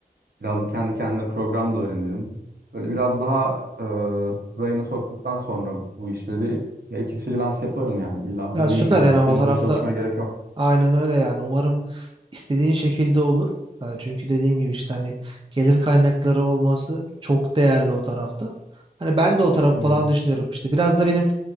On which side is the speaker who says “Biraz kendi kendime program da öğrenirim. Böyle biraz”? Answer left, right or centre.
Right